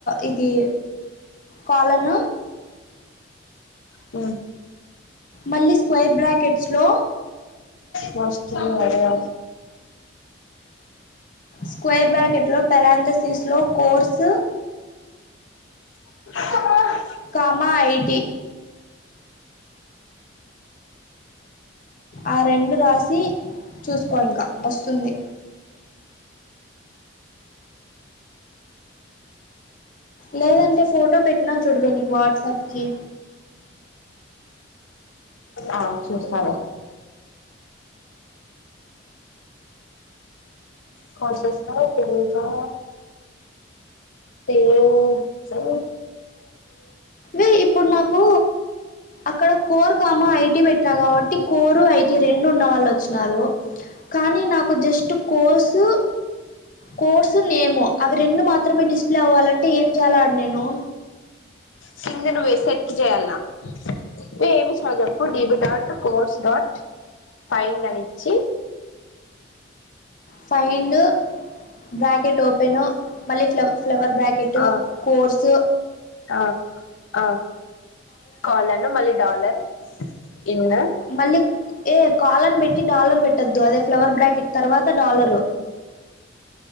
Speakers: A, on the left; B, on the left.
A: ఇదీ కాలన్
B: ఉమ్
A: మళ్ళీ స్క్వేర్ బ్రాకెట్స్లో
B: మస్ట్ బి అదా
A: స్క్వేర్ బ్యాకెట్ లో పెరాంథసిస్ లో కోర్సు
B: చెప్ప
A: కామా ఐటి ఆ రెండు రాసి చూసుకో ఇంకా ఒస్తుంది లేదంటే ఫోటో పెట్టినా చూడవె నీకు వాట్సాప్ కి
B: ఆ చూస్తాలె కొసెస్త పీకా తె జ
A: అ ఇప్పుడ్ నాకూ అక్కడ కోర్ కామ ఐటీ పెట్టినా కాబట్టి కోరు ఐ రెండు ఉన్న వాళ్ళు ఒచ్చినారు కానీ నాకు జస్ట్ కోసు కోర్సు నేము అవి రెండు మాత్రమే డిస్ప్లే అవ్వాలంటే ఏం చేయాలడ్ నేను
B: కింద నువ్వే సెట్ చేయాల్ల నువ్ ఏమి సవు చెప్ డబ డాట్ కోర్స్ డాట్ ఫైండ్ అనిచ్చి
A: ఫైండ్ బ్రాకెట్ ఓపెను మళ్ళీ ఫ్ల ఫ్లవర్ బ్యాకెట్
B: ఆ
A: కోర్స్
B: ఆ అ కాలను మళ్ళీ డాలర్ ఇన్
A: మళ్ళీ ఏ కాలన్ పెట్టి డాలర్ పెట్టొద్దు అదే ఫ్లవర్ బ్లాకెట్ తర్వాత డాలర్